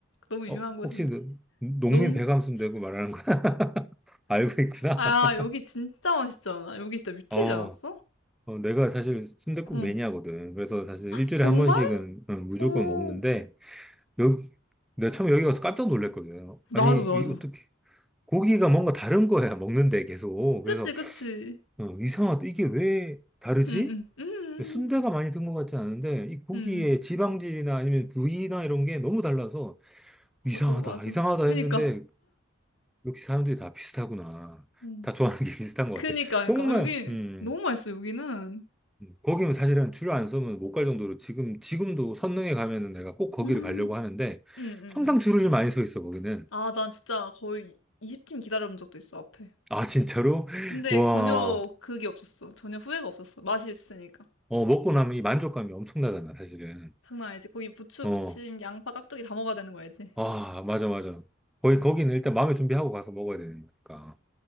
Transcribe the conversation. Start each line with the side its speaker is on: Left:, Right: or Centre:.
Left: 너무 유명한
Centre: 어,
Left: 곳인데?
Centre: 혹시 그 농민
Left: 농?
Centre: 배감 순댓국 말하는 거 <laughs> 알고 있구나.
Left: 아,
Centre: <laughs>
Left: 여기 진짜 맛있지 않아? 여기 진짜 미치지
Centre: 어,
Left: 않았어?
Centre: 어, 내가 사실 순댓국
Left: 응.
Centre: 매니아거든. 그래서 사실 일주일에
Left: 정말?
Centre: 한 번씩은 어, 무조건
Left: 오,
Centre: 먹는데, 여기, 내가 처음에 여기 가서 깜짝 놀랐거든요.
Left: 나도,
Centre: 아니,
Left: 나도.
Centre: 이 어떻게, 고기가 뭔가 다른 거야, 먹는데 계속.
Left: 그치,
Centre: 그래서,
Left: 그치.
Centre: 어, 이상하다. 이게 왜 다르지?
Left: 응, 응, 응,
Centre: 순대가 많이 든 것 같지 않은데, 이 고기의
Left: 응, 응.
Centre: 지방질이나 아니면 부위나 이런 게 너무 달라서, 이상하다,
Left: 맞아, 맞아.
Centre: 이상하다
Left: 그니까.
Centre: 했는데, 역시 사람들이 다 비슷하구나.
Left: 응.
Centre: 다 좋아하는 게 <laughs> 비슷한 것
Left: 그니까,
Centre: 같아.
Left: 그니까.
Centre: 정말,
Left: 여기
Centre: 음,
Left: 너무 맛있어, 여기는.
Centre: 음, 거기는 사실은 줄을 안 서면 못 갈 정도로 지금, 지금도 선릉에 가면은 내가 꼭 거기를
Left: 음,
Centre: 가려고 하는데
Left: 응, 응,
Centre: 항상
Left: 응.
Centre: 줄을 많이 서 있어, 거기는.
Left: 아, 난 진짜 거의 20팀 기다려본 적도 있어, 앞에.
Centre: 아, 진짜로? <laughs>
Left: 근데
Centre: 와,
Left: 전혀 그게 없었어. 전혀 후회가 없었어. 맛이 있으니까.
Centre: 어, 먹고 나면 이 만족감이 엄청나잖아, 사실은.
Left: 장난 아니지. 거기 부추,
Centre: 어,
Left: 무침, 양파, 깍두기 다 먹어야 되는 거 알지?
Centre: 아, 맞아, 맞아. 거의 거기는 일단 마음의 준비하고 가서 먹어야 되는 거니까.